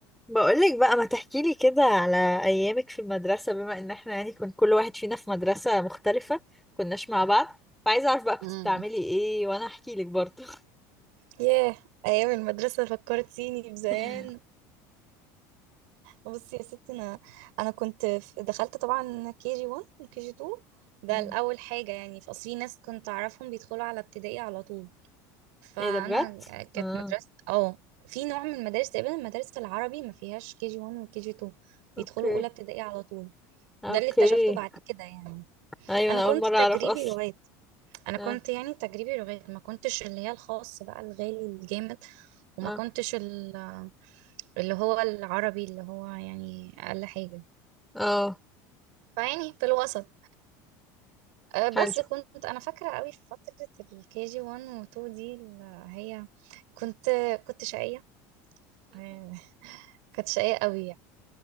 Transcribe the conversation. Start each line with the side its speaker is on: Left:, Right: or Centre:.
Centre: بقولك بقى ما تحكيلي كده على أيامك في المدرسة بما إن احنا يعني كان كل واحد فينا في مدرسة مختلفة كناش مع بعض فعايزة أعرف بقى كنت
Right: امم
Centre: بتعملي إيه وأنا أحكيلك برضه
Right: ياه ايام المدرسه فكرتيني بزمان
Centre: <laughs>
Right: بصي يا ستي انا انا كنت في- دخلت طبعا كي جي 1 وكي جي 2 ده
Centre: مم.
Right: الاول حاجه يعني في اصل في ناس كنت اعرفهم بيدخلوا على ابتدائي على طول فانا
Centre: إيه ده بجد؟
Right: كانت
Centre: آه.
Right: مدرسه اه في نوع من المدارس تقريبا المدارس العربي ما فيهاش كي جي 1 وكي جي 2
Centre: أوكي
Right: بيدخلوا اولى ابتدائي على طول
Centre: أوكي
Right: ده اللي اكتشفته بعد كده يعني
Centre: أيوة
Right: انا
Centre: أنا
Right: كنت
Centre: أول مرة
Right: تجريبي
Centre: أعرف أصلا
Right: لغات انا
Centre: آه.
Right: كنت يعني تجريبي لغات ما كنتش اللي هي الخاص بقى الغالي الجامد وما
Centre: آه.
Right: كنتش ال- اللي هو العربي اللي هو يعني اقل حاجه
Centre: آه.
Right: فيعني في الوسط آه، بس
Centre: حلو
Right: كنت انا فاكره قوي في فتره الكي جي 1 و2 دي اللي هي كنت كنت شقيه آه، كنت شقيه قوي يعني